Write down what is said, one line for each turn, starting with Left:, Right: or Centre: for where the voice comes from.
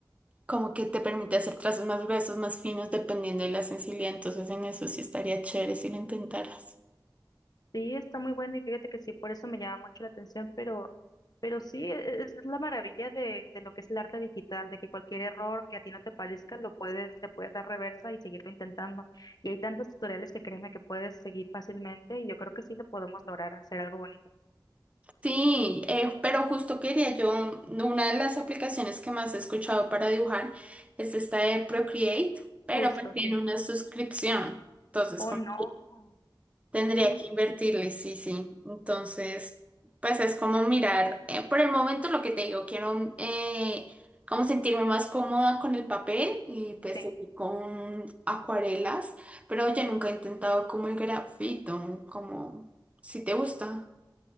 Right: como que te permite hacer trazos más gruesos, más finos, dependiendo de la sensibilidad. Entonces en eso sí estaría chévere si lo intentaras.
Left: Sí, está muy buena y fíjate que sí, por eso me llama mucho la atención, pero, pero sí, e- es, es la maravilla de, de lo que es el arte digital, de que cualquier error que a ti no te parezca, lo puedes, le puedes dar reversa y seguirlo intentando. Y hay tantos tutoriales que créeme que puedes seguir fácilmente y yo creo que sí lo podemos lograr hacer algo bonito.
Right: Sí, eh, pero justo quería yo, una de las aplicaciones que más he escuchado para dibujar es esta de Procreate, pero
Left: Justo,
Right: pues tiene
Left: sí.
Right: una suscripción, entonces
Left: Oh,
Right: como
Left: no.
Right: que
Left: <clears throat>
Right: tendría que invertirle,
Left: <laughs>
Right: sí, sí, entonces pues es como mirar, eh, por el momento lo que te digo, quiero eh, como sentirme más cómoda con el papel y pues
Left: Sí.
Right: seguir con acuarelas, pero yo nunca he intentado como el grafito, como si te gusta.